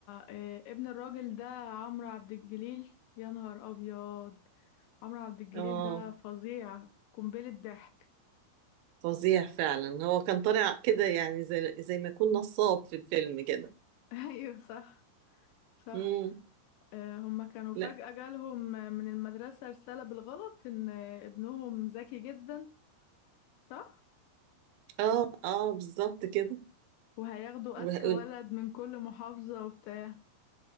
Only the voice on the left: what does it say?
آه، ابن الراجل ده عمرو عبد الجليل يا نهار أبيض عمرو عبد الجليل
ده فظيع قنبلة ضحك
<laughs> أيوة صح صح
آه، هما كانوا فجأة
جالهم من المدرسة رسالة بالغلط إن ابنهم ذكي جدا صح؟
وهياخدوا
أذكى ولد من كل محافظة وبتاع